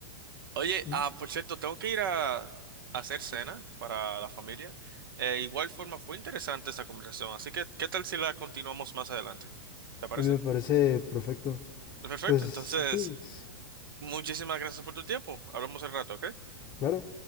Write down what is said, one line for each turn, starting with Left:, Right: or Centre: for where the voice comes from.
Right: Oye,
Left: ¿no?
Right: ah, por cierto, tengo que ir a, a hacer cena para la familia. Eh, igual forma, fue interesante esta conversación, así que, ¿qué tal si la continuamos más adelante? ¿Te parece?
Left: A mí me parece perfecto.
Right: Perfecto,
Left: Pues
Right: entonces,
Left: sí, pues,
Right: muchísimas gracias por tu tiempo. Hablamos al rato, ¿ok?
Left: claro.